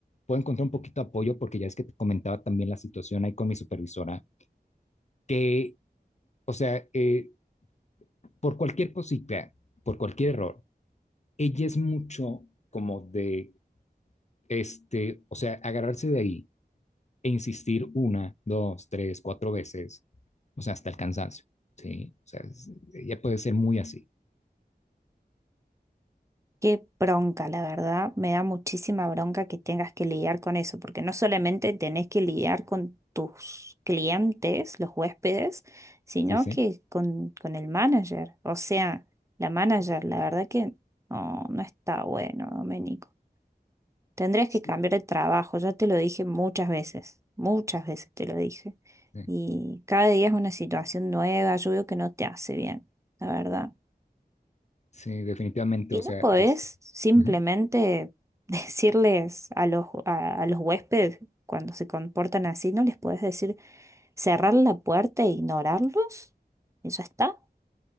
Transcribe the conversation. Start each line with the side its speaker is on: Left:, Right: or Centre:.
Left: puedo encontrar un poquito de apoyo, porque ya es que te comentaba también la situación ahí con mi supervisora, que, o sea, eh, por cualquier cosita, por cualquier error, ella es mucho como de, este, o sea, agarrarse de ahí e insistir una, dos, tres, cuatro veces, o sea, hasta el cansancio, ¿sí? O sea, es- ella puede ser muy así,
Right: Qué bronca, la verdad. Me da muchísima bronca que tengas que lidiar con eso, porque no solamente tenés que lidiar con tus clientes, los huéspedes, sino
Left: ¿sí? sí?
Right: que con, con el manager. O sea, la manager, la verdad que no, no está bueno, Doménico. Tendrías
Left: Sí.
Right: que cambiar de trabajo, ya te lo dije muchas veces, muchas veces te lo dije.
Left: Sí,
Right: Y cada día es una situación nueva, yo veo que no te hace bien, la verdad.
Left: sí, definitivamente,
Right: Y
Left: o
Right: no
Left: sea,
Right: podés
Left: este,
Right: simplemente
Left: ujú.
Right: <laughs> decirles a los, a, a los huéspedes cuando se comportan así, no les podés decir cerrar la puerta e ignorarlos. Eso está.